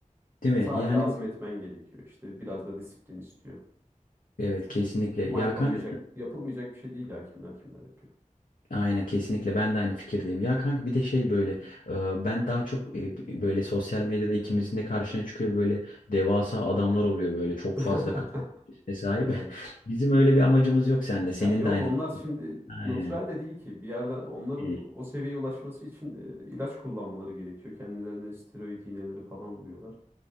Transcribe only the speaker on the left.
Değil
mi? Yani
bu
evet kesinlikle.
Ya
kanka
Aynen kesinlikle ben de aynı fikirdeyim. Ya kanka bir de şey böyle e, ben daha çok e, böyle sosyal medyada ikimizin de karşına çıkıyor böyle devasa adamlar oluyor böyle çok fazla
ka- kitlesine sahip.
<laughs> Bizim öyle bir amacımız yok seninle. Senin
de aynı.
şey.
Aynen.
Değil.